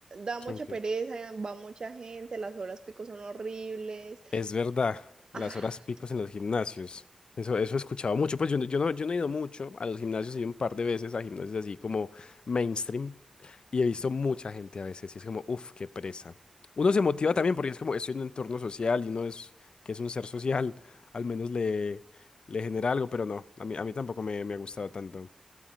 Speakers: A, on the right; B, on the left.
A: da mucha
B: Ok.
A: pereza, va mucha gente, las horas pico son horribles.
B: Es verdad, las
A: Ah,
B: horas picos en los gimnasios. Eso, eso he escuchado mucho. Pues yo, no- yo no, yo no he ido mucho a los gimnasios, he ido un par de veces a gimnasios así como mainstream y he visto mucha gente a veces y es como, uff, qué presa. Uno se motiva
A: sí,
B: también porque es como, estoy en un entorno social y uno es, que es un ser social, al menos le, le genera algo, pero no, a mí, a mí tampoco me, me ha gustado tanto